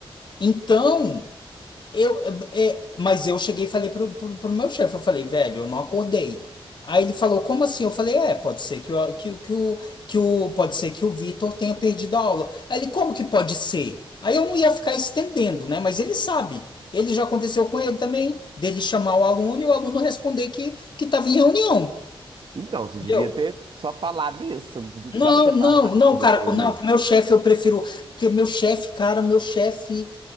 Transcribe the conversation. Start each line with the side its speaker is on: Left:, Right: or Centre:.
Left: Então, Eu, é, mas eu cheguei e falei pro, pro, pro meu chefe, eu falei, velho, eu não acordei. Aí ele falou, como assim? Eu falei, é, pode ser que, o que, o- que, o, que o, pode ser que o Vitor tenha perdido a aula. Aí ele, como que pode ser? Aí eu não ia ficar estendendo, né? Mas ele sabe. Ele já aconteceu com ele também, dele chamar o aluno e o aluno responder que, que estava em reunião.
Right: Então, você
Left: Entendeu?
Right: devia ter só falado isso, você não podia-
Left: Não,
Right: precisava ter
Left: não,
Right: falado
Left: não,
Right: que você não
Left: cara,
Right: acordou.
Left: com- não, com meu chefe eu prefiro, porque meu chefe, cara, meu chefe.